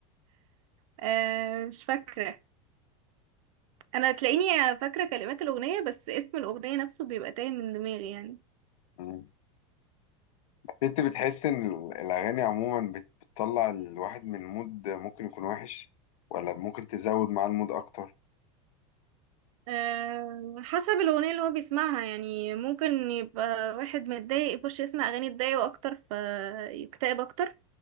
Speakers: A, on the right (about 75°); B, on the left (about 85°).
A: آه مش فاكرة أنا تلاقيني فاكرة كلمات الأغنية بس اسم الأغنية نفسه بيبقى تايه من دماغي يعني
B: مم. أنت بتحس إن الأغاني عموما بت- بتطلع الواحد من مود ممكن يكون وحش ولا ممكن تزود معاه المود أكتر؟
A: آه حسب الأغنية اللي هو بيسمعها يعني ممكن يبقى واحد متضايق يخش يسمع أغاني تضايقه أكتر فيكتئب أكتر